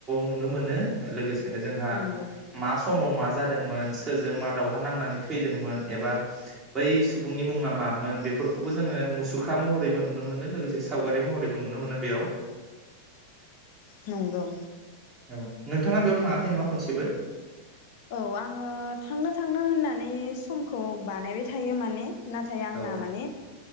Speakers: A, on the right (about 25°); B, on the left (about 50°).
A: नुनो मोनो लोगोस जोंहा
B: नंगौ
A: मास समाव मा जादोंमोन सोरजों मा दावहा नांनानै थैदोंमोन एबा बै सुबुंनि मुङा मा मोन बेफोरखौबो जोङो मुसुखा महरैबो नुनो मोनो लोगोसे सावगारि महरैबो नुनो मोनो बेयाव
B: नंगौ।
A: औ नोंथाङा बेयाव थाङाखै नङा खनसेबो?
B: औ आङो थांनो थांनो होनना नै समखौ बानायबाय थायो माने नाथाय आंना
A: औ
B: माने